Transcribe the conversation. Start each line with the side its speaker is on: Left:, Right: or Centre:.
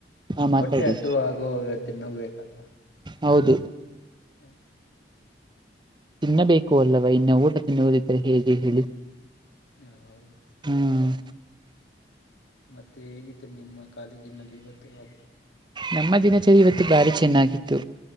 Right: ಹಾ ಮಾತಾಡಿ
Left: ಹೊಟ್ಟೆ ಹಸು ಹಾಗುವ ಇವತ್ತನ್ನುೂ ಬೇಕಲ್ಲ
Right: ಹೌದು
Left: ಹ್ಮ್
Right: ತಿನ್ನಬೇಕು ಅಲ್ಲವಾ ಇನ್ನು ಊಟ ತಿನ್ನುವುದಿದ್ದರೆ ಹೇಗೆ ಹೇಳಿ
Left: ಹಾ ಹೌದು
Right: ಹ್ಮ್
Left: ಮತ್ತೆ ಹೇಗಿತ್ತು ನಿಮ್ಮ ಕಾಲೇಜಿನಲ್ಲಿ ಇವತ್ತು ಹಾ
Right: ನಮ್ಮ ದಿನಚರಿ ಇವತ್ತು ಭಾರಿ ಚೆನ್ನಾಗಿತ್ತು